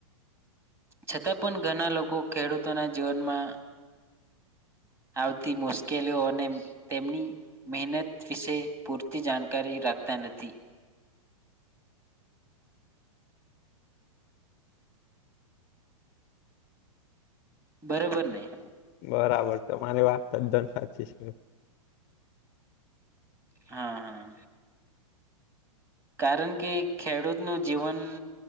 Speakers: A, on the right (about 15°); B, on the left (about 40°).
A: છતાં પણ ઘણા લોકો ખેડૂતોના જીવનમાં આવતી મુશ્કેલીઓ અને તેમની મહેનત વિશે પૂરતી જાણકારી લાગતા નથી,
B: <inaudible>
A: બરોબર નહી,
B: બરાબર તમારી વાત તદ્ધન સાચી છે,
A: હા, હા કારણ કે ખેડૂતનું જીવન